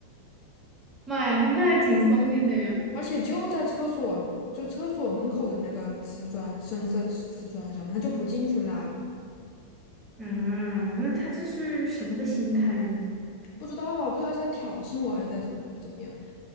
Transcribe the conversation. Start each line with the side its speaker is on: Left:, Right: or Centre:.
Right: 妈呀，那还挺聪明的呀。
Left: 而且就在厕所，就厕所门口的那个瓷砖，深色瓷砖上面，他就不进去拉，
Right: 嗯，那他这是什么个心态呢？
Left: 不知道啊，不知道他是在挑衅我还是在怎么怎么样，